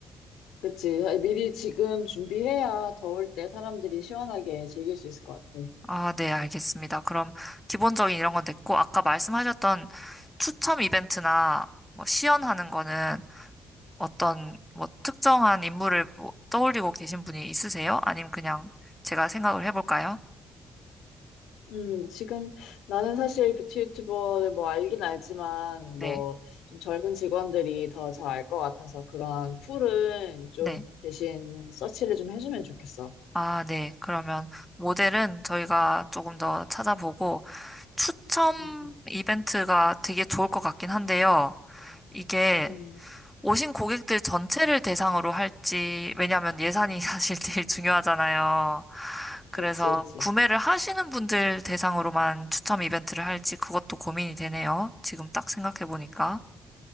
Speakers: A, on the left (about 85°); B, in the centre.
A: 그치. 미리 지금 준비해야 더울 때 사람들이 시원하게 즐길 수 있을 것 같아.
B: 아, 네, 알겠습니다. 그럼 기본적인 이런 건 됐고, 아까 말씀하셨던 추첨 이벤트나 뭐 시연하는 거는 어떤 뭐 특정한 인물을 뭐 떠올리고 계신 분이 있으세요? 아님 그냥 제가 생각을 해볼까요?
A: 음, 지금 나는 사실 뷰티 유튜버를 뭐 알긴 알지만
B: 네,
A: 뭐 좀 젊은 직원들이 더 잘 알 것 같아서 그런 풀은 좀
B: 네.
A: 대신 서치를 좀 해주면 좋겠어.
B: 아, 네. 그러면 모델은 저희가 조금 더 찾아보고, 추첨
A: 음, 음,
B: 이벤트가 되게 좋을 것 같긴 한데요. 이게
A: 음.
B: 오신 고객들 전체를 대상으로 할지, 왜냐면 하 예산이 <laughs> 사실 제일 중요하잖아요. 그래서
A: 그치, 그치.
B: 구매를 하시는 분들 대상으로만 추첨 이벤트를 할지 그것도 고민이 되네요. 지금 딱 생각해 보니까.